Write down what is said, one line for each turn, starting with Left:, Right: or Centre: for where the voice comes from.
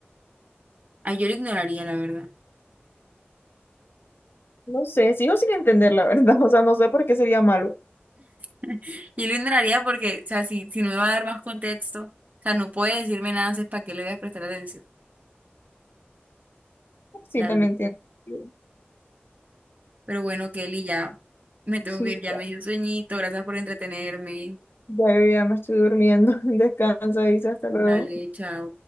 Right: Ay, yo lo ignoraría, la verdad.
Left: No sé, sigo sin entender la verdad. <laughs> O sea, no sé por qué sería malo.
Right: <laughs> Yo lo ignoraría porque, o sea, si, si no me va a dar más contexto, o sea, no puede decirme nada, es para qué le voy a prestar atención,
Left: Sí,
Right: la
Left: también
Right: verdad.
Left: tiene sentido.
Right: Pero bueno, Kelly, ya me tengo
Left: Sí,
Right: que ir, ya
Left: ya,
Right: me dio sueñito, gracias por entretenerme.
Left: ya, ya me estoy durmiendo. <laughs> Descansa, dice, hasta luego.
Right: Dale, chao.